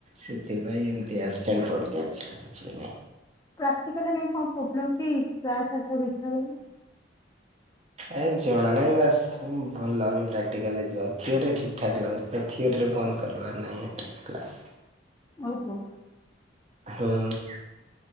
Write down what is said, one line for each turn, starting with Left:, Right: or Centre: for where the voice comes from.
Right: ସେଥି ପାଇଁ ଏମତି ଆପସେଣ୍ଟ ପଡି କି ଅଛି ଆଉ କିଛି ବି ନାହିଁ।
Left: ପ୍ରାଟିକାଲରେ କଣ ପ୍ରୋବ୍ଲେମ୍ କି କ୍ଲାସ ଆସିବାକୁ ଇଛା ହୁଏନି?
Right: ଏ ଜଣା ନାହିଁ ବାସ ହୁଁ। ଭଲ ଲାଗୁନି ପ୍ରାଟିକାଲରେ ଯିବାକୁ ଏଥିରେ ଠିକ୍ ଠାକ୍ ଲାଗୁଛି ତ ଏଥିରେ ବନ୍ଦ କରିବାର ନାହିଁ ଏ କ୍ଲାସ୍।
Left: ଓ ହୋ।
Right: ହୁଁ ।